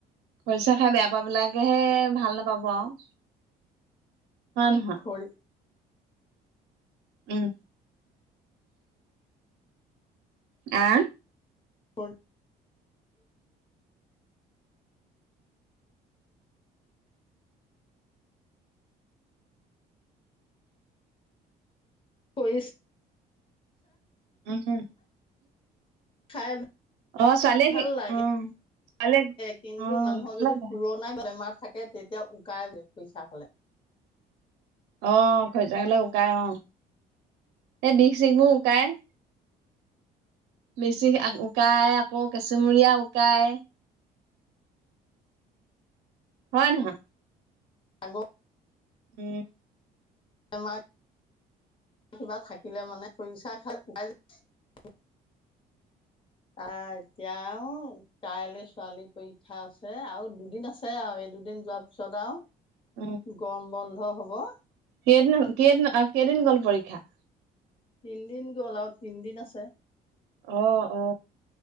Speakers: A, on the right; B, on the left.
A: খৰিচা খাই বেয়া পোৱা বিলাকেহে ভাল নাপাব আৰু। হয় নহা
B: খৰি
A: উম। আ।
B: হয়। খইছ
A: উম।
B: খাই
A: অ ছোৱালীয়ে
B: ভাল
A: কি
B: লাগে,
A: অ ছোৱালীয়ে
B: কিন্তু
A: অ
B: মানুহৰ
A: ভাল
B: যদি
A: লাগে
B: পুৰণা বেমাৰ থাকে তেতিয়া উকাই খইচা হ'লে।
A: অ, খৰিচা হলে উকায় অ সেই বিষ চিষ বোৰ উকাই। বেচি উকায় আকৌ কেঁচুমৰীয়া উকায়। হয় নহয়।
B: হল।
A: উম।
B: আমাৰ কিবা থাকিলে মানে খৰিচা খা <unintelligible> অ' এতিয়াও কাইলে ছোৱালী পৰীক্ষা আছে আৰু দুদিন আছে আৰু দুদিন যোৱাৰ পিছত আৰু
A: উম
B: গৰম বন্ধ হ'ব।
A: কেইদিন- কেইদিন-কেইদিন গ'ল পৰীক্ষা।
B: তিনদিন গ'ল আৰু তিনদিন আছে।
A: অ - অ